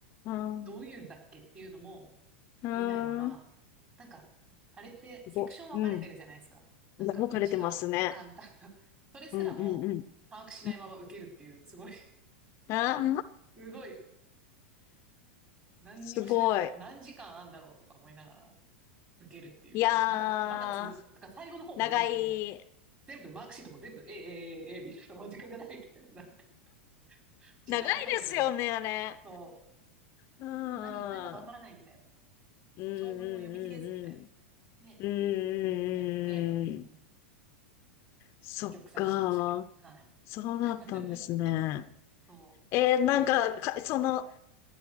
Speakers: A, on the left; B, on the right.
A: ん。
B: どういうんだっけっていうのも、
A: う
B: 見ないまま、
A: ん。
B: なんか、あれってセクション分かれてるじゃないですか。
A: すご、うん。
B: なんか、
A: 動かれてますね。
B: 1は簡単な。<laughs> それすらも把握しないまま受けるっていう、
A: うん、うん、うん。うん。
B: すごい、
A: ああ、
B: すごい、何にもしないまま、
A: すごい。
B: 何時間あんだろうとか思いながら受けるっていう。
A: いやー、
B: あ、まだ、まだ続くって。だから最後の方もなんかもう、
A: 長い、
B: 全部、マークシートも全部、ええええええみたいな、もう時間がないみたいな。<laughs> 時間配分。
A: 長いですよね、あれ。
B: そ
A: うーん。
B: う。もう何、何だかわからないみたいな。
A: うんうん
B: 長文を読み切れずみたいな。ね。
A: うんうん。うんうんうんうん。
B: やって、うん。
A: そっか。
B: 玉砕しましたけど。はい。
A: そうだったんですね。
B: <laughs> そう。
A: えー、なんか、か、その、